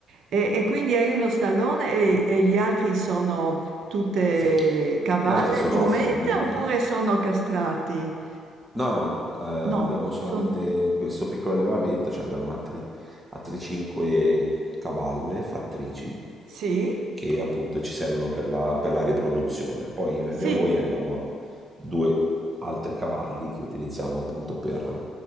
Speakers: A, on the right (about 70°); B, on the right (about 20°).
A: E e quindi hai uno stallone e e gli altri sono tutte
B: Fe-
A: cavalle,
B: Le altre sono
A: giummente
B: femmine.
A: oppure sono castrati?
B: No, no, eh, abbiamo
A: No,
B: solamente
A: sono...
B: questo piccolo allevamento, cioè abbiamo altri, altre 5 cavalle fattrici
A: Sì?
B: che appunto ci servono per la, per la riproduzione. Poi io
A: Sì,
B: e mia moglie abbiamo due altri cavalli che utilizziamo appunto per,